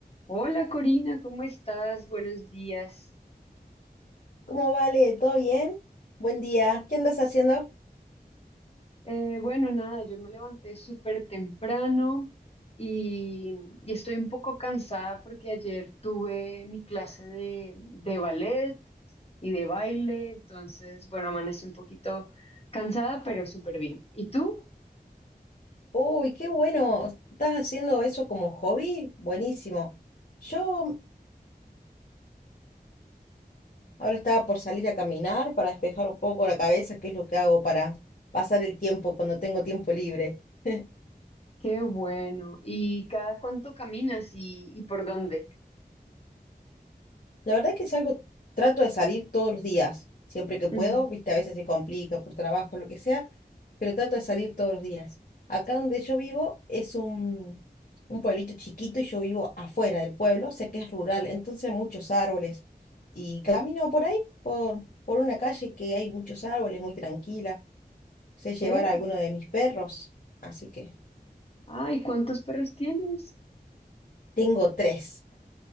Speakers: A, on the left; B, on the left.
A: Hola Corina, ¿cómo estás? Buenos días.
B: ¿Cómo vale? ¿Todo bien? Buen día. ¿Qué andas haciendo?
A: Eh, bueno, nada, yo me levanté súper temprano y, y estoy un poco cansada porque ayer tuve mi clase de, de ballet y de baile, entonces, bueno, amanecí un poquito cansada, pero súper bien. ¿Y tú?
B: Uy, qué bueno. ¿Estás haciendo eso como hobby? Buenísimo. Yo ahora estaba por salir a caminar para despejar un poco la cabeza, que es lo que hago para pasar el tiempo cuando tengo tiempo libre. <laughs>
A: Qué bueno. ¿Y cada cuánto caminas y, y por dónde?
B: La verdad que salgo, trato de salir todos los días, siempre que puedo,
A: Ujú.
B: viste, a veces se complica por trabajo, lo que sea, pero trato de salir todos los días. Acá donde yo vivo es un, un pueblito chiquito y yo vivo afuera del pueblo, sé que es rural, entonces hay muchos árboles. Y camino por ahí, por, por una calle que hay muchos árboles, muy tranquila. Sé llevar
A: ¿Qué?
B: a alguno de mis perros, así que
A: Ay, ¿cuántos perros tienes?
B: tengo tres.